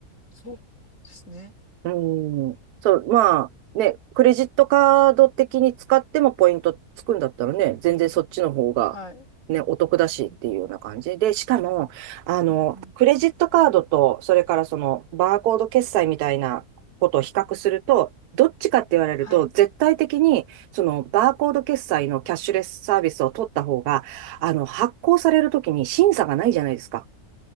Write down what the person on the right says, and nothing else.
うん。そう、まあ、ね、クレジットカード的に使ってもポイントつくんだったらね、全然そっちの方が、
ね、お得だしっていうような感じで、しかも、あの、
クレジットカードと、それからその、バーコード決済みたいなことを比較すると、どっちかって言われると、
絶対的に、その、バーコード決済のキャッシュレスサービスを取った方が、あの、発行されるときに審査がないじゃないですか。